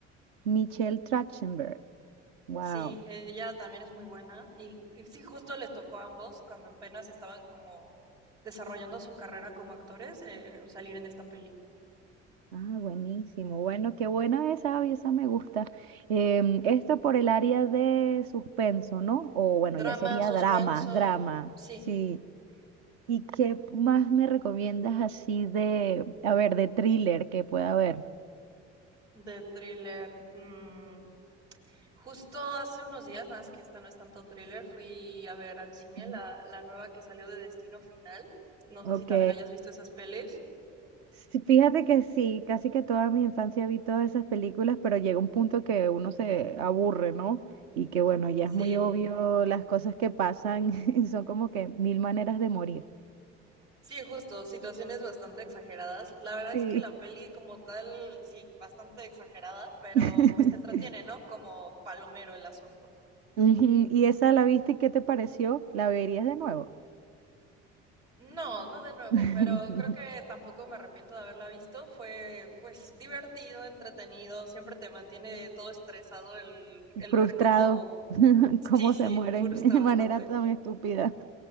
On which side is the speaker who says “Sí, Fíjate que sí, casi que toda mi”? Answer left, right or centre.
Right